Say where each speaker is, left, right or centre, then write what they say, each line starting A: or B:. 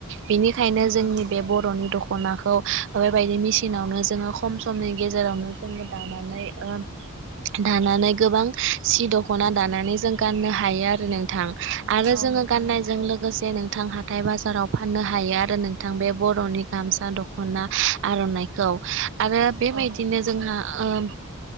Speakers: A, on the right; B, on the right.
A: बेनिखायनो
B: औ नोंथां
A: जोंनि
B: नंगौ
A: बे बर'नि दख' दखनाखौ बेबायदि मेसिनावनो जोङो खम समनि गेजेरावनो जोङो दानानै ओ। दानानै गोबां सि दख'ना दानानै जों गाननो हायो आरो नों थां आरो
B: औ
A: जोङो
B: नोंथां
A: गाननायजों
B: नंगौ
A: लोगोसे नों थां हाथाय बाजाराव फाननो हायो आरो नोंथां बे बर'नि गामसा दख'ना आर'नाइखौ आरो बेबायदिनो
B: औ नोंथां
A: जोंहा ओम।